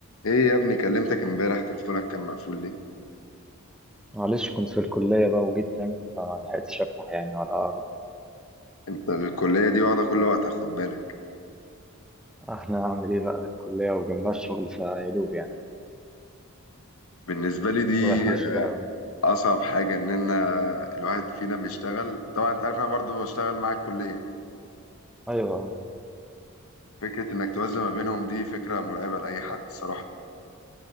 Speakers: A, on the left (about 65°); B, in the centre.
A: ايه يا ابني كلمتك امبارح تليفونك كان مقفول ليه
B: معلش كنت في الكلية بقى وجيت نمت فما لحقتش أفتح يعني ولا أقرب
A: انت الكلية دي واخدة كل وقت اخد بالك
B: أنا أعمل إيه بقى الكلية وجنبها الشغل فيا دوب يعني
A: بالنسبة لي دي
B: ما بلحقش بقى
A: اصعب حاجة ان انا الواحد فينا بيشتغل طبعا انت عارف انا برضو بشتغل مع الكلية
B: أيوه
A: فكرة انك توازن ما بينهم دي فكرة مرعبة لأي حد الصراحة